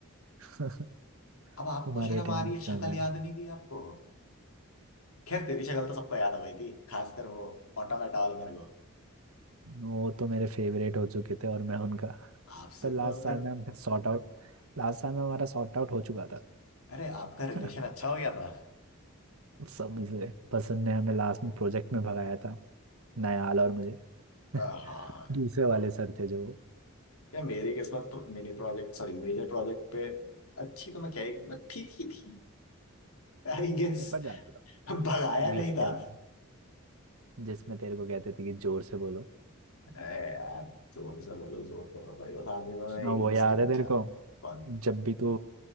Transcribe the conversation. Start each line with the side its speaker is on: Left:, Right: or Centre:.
Right: <laughs>
Left: अब आपको
Right: तुम्हारी
Left: शर्म
Right: अटेंडेंस
Left: आ रही है शक्ल
Right: कम है
Left: याद नहीं थी आपको खैर तेरी शक्ल तो सबको याद हो गई थी खासकर वो ऑटोमेटा वाले मेरे को
Right: वो तो मेरे फेवरेट हो चुके थे और मैं उनका
Left: आपसे
Right: पर लास्ट
Left: तो उनका
Right: साल में हमने सॉर्ट आउट लास्ट साल में हमारा सॉर्ट आउट हो चुका था
Left: अरे आपका
Right: <laughs>
Left: रिलेशन अच्छा हो गया था
Right: सभी से बस उनने हमें लास्ट में प्रोजेक्ट में भगाया था नयाल और मुझे <laughs>
Left: अ, हाँ
Right: दूसरे वाले सर थे जो
Left: या मेरी किस्मत Mini project sorry major project पे अच्छी तो मैं क्या ही मैं ठीक ही थी आई गेस
Right: निपट जाता था
Left: भगाया
Right: इंग्लिश
Left: नहीं
Right: वगैरह
Left: था
Right: जिसमें तेरे को कहते थे कि जोर से बोलो
Left: अरे यार जोर से बोलो जोर से बोलो भाई वो सामने में मैं एक
Right: और
Left: ही
Right: वो
Left: चीज
Right: याद
Left: कहना
Right: है तेरे
Left: चाहता
Right: को
Left: हूँ। कौन
Right: जब भी तू